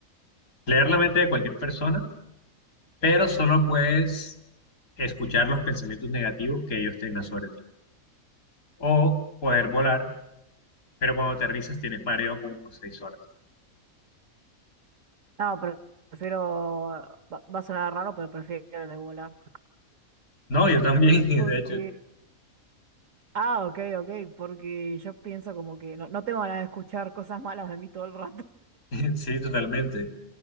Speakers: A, on the left; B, on the right.
A: Leer la mente de cualquier persona, pero solo puedes escuchar los pensamientos negativos que ellos tengan sobre ti. O poder volar, pero cuando aterrizas tienes mareo como por seis horas.
B: No, pero prefiero, va, va a sonar raro, pero prefiero el de volar.
A: No, yo también, <laughs>
B: Porque,
A: de hecho,
B: ah, ok, ok, porque yo pienso como que no, no tengo ganas de escuchar cosas malas de mí todo el rato.
A: <laughs> sí, totalmente.